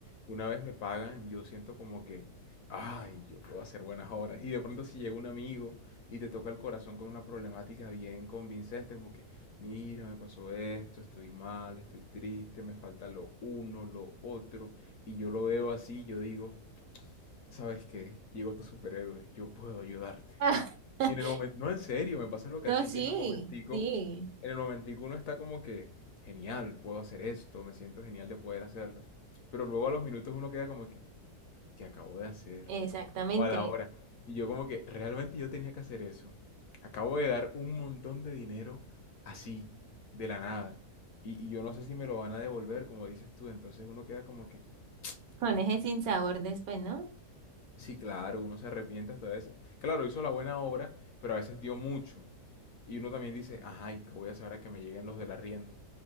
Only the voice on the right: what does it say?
<laughs>
No,
sí,
sí.
Exactamente.
Con
ese sinsabor después, ¿no?